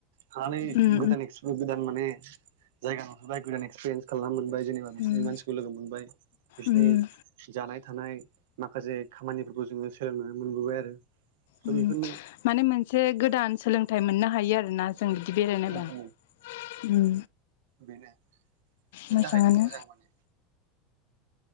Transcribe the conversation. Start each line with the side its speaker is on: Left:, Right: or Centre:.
Right: थानानै
Left: उम
Right: गोदान एस्कपिरियेस्न गोदान माने जायगा नुहैबाय गोदान एक्सपिरियेन्स खालामनो मोनबाय। जेनेबा बिसिनि
Left: उम उम
Right: मानसिखौ लोगो मोनबाय बिसिनि
Left: उम
Right: जानाय थानाय माखासे खामानिफोरखौ जोङो सोलोंनानै मोनबोबाय आरो। स'
Left: उम
Right: बेफोरनो
Left: माने मोनसे गोदान सोलोंथाइ मोननो हायो आरो ना। जों बिदि बेरायनोबा
Right: औ औ
Left: उम
Right: बेनो बेनि
Left: मोजाङानो।
Right: थाखायनो मोजां माने